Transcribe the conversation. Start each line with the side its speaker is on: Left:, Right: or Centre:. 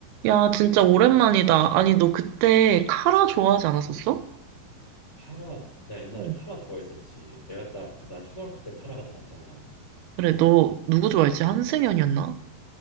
Right: 야, 진짜 오랜만이다. 아니, 너 그때 카라 좋아하지 않았었어?
Left: 카라 나 옛날에
Right: 응.
Left: 카라 좋아했었지 내가 딱 그 나 초등학교 때 카라가 나왔잖아
Right: 그래, 너 누구 좋아했지? 한승연이었나?